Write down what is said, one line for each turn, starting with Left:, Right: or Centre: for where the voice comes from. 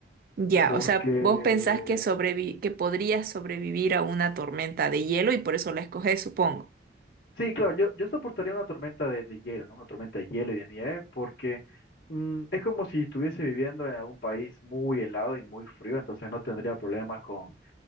Right: Ya,
Left: porque...
Right: o sea, vos pensás que sobrevi- que podrías sobrevivir a una tormenta de hielo y por eso la escogés, supongo.
Left: Sí, claro, yo, yo soportaría una tormenta de, de hielo, ¿no? Una tormenta de hielo y de nieve, porque mm, es como si estuviese viviendo en algún país muy helado y muy frío, entonces no tendría problemas con